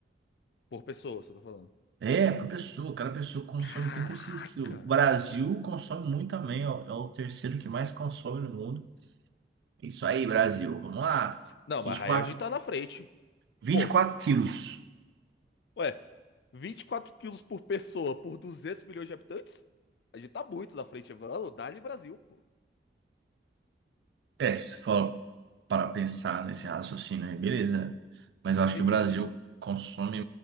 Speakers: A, on the left; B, on the right.
A: Por pessoa, você tá falando.
B: É, por pessoa, cada pessoa consome
A: Caraca!
B: 86 quilos. O Brasil consome muito também, ó, é o terceiro que mais consome no mundo. Isso aí, Brasil. Vamos lá.
A: Não,
B: Vinte
A: mas
B: vinte e quatro,
A: aí a gente tá na frente.
B: vinte
A: Pô,
B: e quatro quilos.
A: Ué, 24 quilos por pessoa por 200 milhões de habitantes? A gente tá muito na frente, mano. Dá-lhe Brasil, pô.
B: É, se você for para pensar nesse raciocínio aí, beleza. né? Mas eu acho
A: Que
B: que
A: isso,
B: o Brasil
A: pô.
B: consome